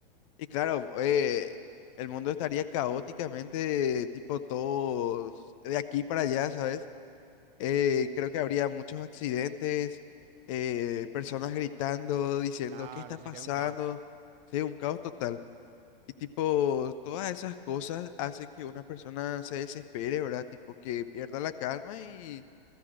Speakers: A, on the left (about 35°); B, on the right (about 25°).
A: Y claro, eh, el mundo estaría caóticamente, tipo todos de aquí para allá, ¿sabes? eh,
B: Sí,
A: creo que habría muchos accidentes, eh, personas gritando, diciendo,
B: claro,
A: ¿qué está
B: sería
A: pasando?
B: un caos.
A: Sí, un caos total. Y tipo, todas esas cosas hacen que una persona se desespere, ¿verdad? Tipo, que pierda la calma y,